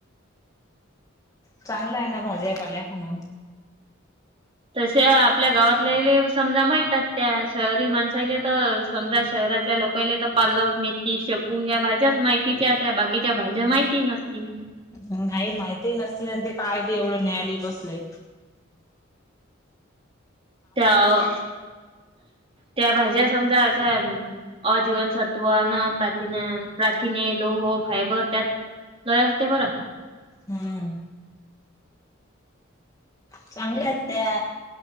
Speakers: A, on the left (about 15°); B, on the right (about 30°).
A: चांगलं आहे ना भाज्या पाल्या खाण.
B: तसे आपल्या गावातल्याले समजा माहित आहेत त्या शहरी माणसाले तर समजा शहरात आपल्या लोकले तर पालक मेथी शेपू या्या भाज्याच माहितीच्या त्या् बाकीच्या भाज्या माहिती नसतील.
A: ह नाहीई माहिती न असतन ते काय ते एवढं न्यायालय बसलेय.
B: त्या त्या भाज्या समजा अजीवनसत्वन प्रथिना प्रार्थिने लोह फायबर त्यात लय असते बरं.
A: हम्म. चांगले आहेत त्या.